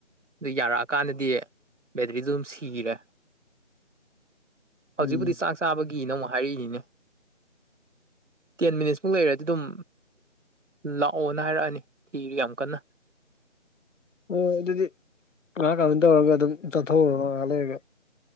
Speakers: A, on the right; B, on the left.
A: ꯑꯗꯨ ꯌꯥꯔꯛꯑꯀꯥꯟꯗꯗꯤ ꯕꯦꯇ꯭ꯔꯤꯗꯨ ꯑꯗꯨꯝ ꯁꯤꯈꯔꯦ ꯍꯧꯖꯤꯛꯄꯨꯗꯤ
B: ꯎꯝ
A: ꯆꯥꯛ ꯆꯥꯕꯒꯤꯅ ꯑꯃꯨꯛ ꯍꯥꯏꯔꯛꯏꯅꯤꯅꯦ ꯇꯦꯟ ꯃꯤꯅꯤꯠꯁꯃꯨꯛ ꯂꯩꯔꯗꯤ ꯑꯗꯨꯝ ꯂꯥꯛꯑꯣꯅ ꯍꯥꯏꯔꯛꯑꯅꯤ ꯊꯤꯔꯤ ꯌꯥꯝ ꯀꯟꯅ
B: ꯍꯣꯏ ꯑꯗꯨꯗꯤ ꯉꯍꯥꯛ ꯀꯃꯥꯏꯅ ꯇꯧꯔꯒ ꯑꯗꯨꯝ ꯆꯠꯊꯣꯛꯎꯣ ꯉꯍꯥꯛ ꯂꯩꯔꯒ